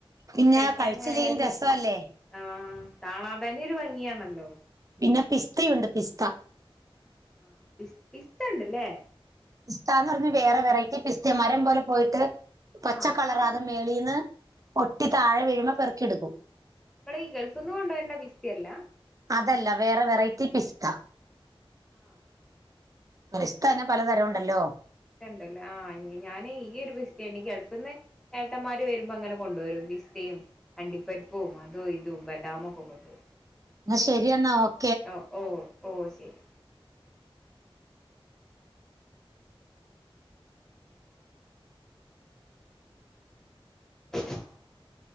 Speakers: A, on the right; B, in the centre.
A: പിന്നെ
B: കഴിക്കാന
A: കഴിച്ചില്ലേലും
B: ആയാലോ
A: രസമല്ലേ
B: ആ കാണാൻ തന്നെ ഒരു ഭംഗിയാണല്ലോ
A: പിന്നെ പിസ്തയുണ്ട് പിസ്ത
B: ആ പി പിസ്ത ഇണ്ട്ല്ലേ
A: പിസ്താന്ന് പറഞ്ഞഞ് വേറെ വെറൈറ്റി പിസ്ത മരം പോലെ പോയിട്ട് പച്ച
B: ആ
A: കളറ അത് മേളിൽ ന്ന് പൊട്ടി താഴെ വീഴുമ്പോ പെറ്ക്കിടുക്കും
B: നമ്മള് ഈ ഗൾഫ് നിന്ന് കൊണ്ടുവരുന്ന പിസ്തല്ല
A: അതല്ല വേറെ വെറൈറ്റി പിസ്ത
B: ആ
A: പിസ്തന്നെ പലതരംണ്ടല്ലോ
B: ഉണ്ടല്ലോ ആ ഞാന് ഈയ ഒരു പിസ്ത എനിക്ക് ഗൾഫ്ന് ഏട്ടന്മാര് വരുമ്പോ അങ്ങനെ കൊണ്ടോരും പിസ്തയും അണ്ടിപ്പരിപ്പും അതും ഇതും ബദാമും ഒക്കെ കൊണ്ടുവരും
A: എന്ന ശെരിയെന്ന ഓ
B: ഓ ഓ ഓ ശെരി <inaudible>